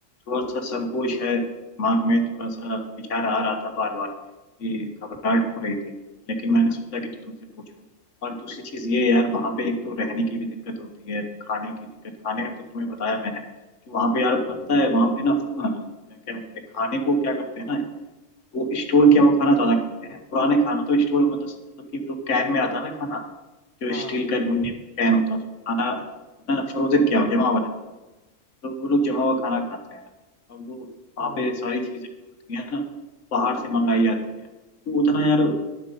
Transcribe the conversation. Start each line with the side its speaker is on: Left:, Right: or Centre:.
Left: थोड़ा सा संकोच है दिमाग में थोड़ा सा विचार आ रहा था बार बार कि घबराहट हो रही थी लेकिन मैंने सोचा कि तो तुमसे पूछूं और दूसरी चीज़ ये है यार वहाँ पे एक तो रहने की भी दिक्कत होती है खाने की दिक्कत खाने का तो तुम्हें बताया मैंने कि वहाँ पे यार पता है वहाँ पे ना अ, क्या बोलते हैं खाने को क्या करते हैं ना वो स्टोर
Right: हाँ
Left: किया हुआ खाना ज्यादा खाते हैं पुराने खाना मतलब स्टोर मतलब मतलब कि वो कैन में आता है ना खाना जो
Right: हाँ
Left: स्टील का एल्यूमिनियम कैन होता है उसमें खाना होता है ना फ्रोजन क्या हो जमा हुआ रहता है तो वो लोग जमा हुआ खाना खाते हैं और वो वहाँ
Right: हाँ
Left: पे सारी चीजें जो होती हैं ना बाहर से मंगाई जाती हैं तो उतना यार